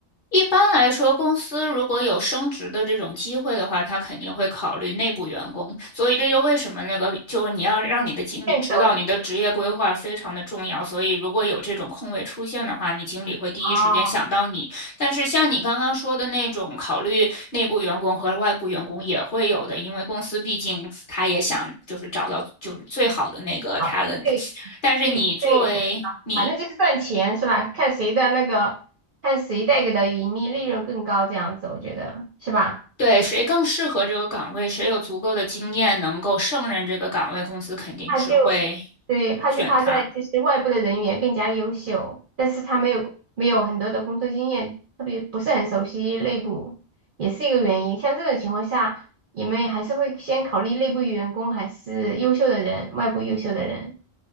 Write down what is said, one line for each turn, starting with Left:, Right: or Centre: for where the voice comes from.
Left: 一般来说，公司如果有升职的这种机会的话，他肯定会考虑内部员工。所以这就为什么那个，就是你要让你的经理知道你的职业规划非常的重要。
Right: 更熟悉
Left: 所以如果有这种空位出现的话，你经理会第一时间想到你。
Right: 哦，
Left: 但是像你刚刚说的那种考虑内部员工和外部员工也会有的，因为公司毕竟他也想就是找到就是最好的那个
Right: 好，
Left: talent。
Right: 对
Left: 但是你作为你
Right: 对对，反正就是赚钱是吧？看谁的那个，看谁带给的盈利利润更高，这样子我觉得是吧？
Left: 对，谁更适合这个岗位，谁有足够的经验能够胜任这个岗位，公司肯定是会
Right: 怕就对，怕就怕在就是外部的人员更加优秀，
Left: 选他。
Right: 但是他没有没有很多的工作经验，特别不是很熟悉内部，也是一个原因。像这种情况下，你们还是会先考虑内部员工还是优秀的人，外部优秀的人。